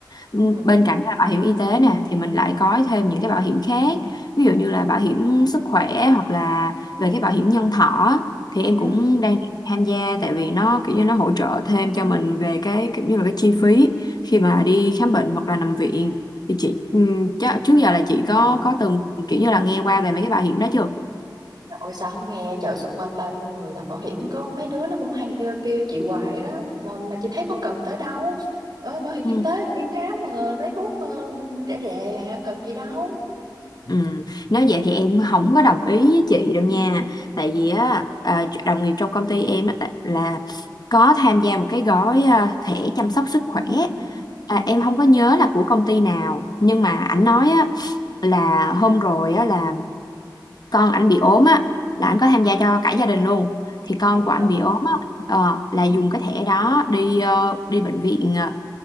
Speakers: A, on the left; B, on the right.
A: ừ,
B: Ừ.
A: bên cạnh là bảo hiểm y tế nè thì mình lại có thêm những cái bảo hiểm khác ví dụ như là bảo hiểm sức khỏe hoặc là về cái bảo hiểm nhân thọ á, thì em
B: Ừ.
A: cũng đang tham gia tại vì nó kiểu như nó hỗ trợ thêm cho mình về cái kiểu như là cái chi phí khi mà đi khám bệnh hoặc là nằm viện thì chị ừ, chắc- trước giờ là chị có
B: Ồ,
A: có từng kiểu như là nghe qua về mấy cái bảo hiểm đó chưa
B: trời ơi sao không nghe chợ xung quanh bao nhiêu người làm bảo hiểm có mấy đứa nó cũng hay kêu, kêu chị hoài đó mà mà chị thấy có cần tới đâu. Ờ, bảo hiểm
A: Ừ.
B: y tế đi khám ờ, lấy thuốc ờ, rẻ rẻ à, cần gì đâu.
A: Ừ. Nếu vậy thì em không có đồng ý với chị đâu nha tại vì á à, đồng nghiệp trong công ty em á, tại- là có tham gia một cái gói à, thẻ chăm sóc sức khỏe
B: Ừ.
A: à, em không có nhớ là của công ty nào nhưng mà ảnh nói á là hôm rồi á là con ảnh bị ốm á là ảnh có tham gia cho cả gia đình luôn thì con
B: Chị
A: của ảnh
B: hả?
A: bị ốm á ờ, là dùng cái thẻ đó đi ờ, đi bệnh viện ờ,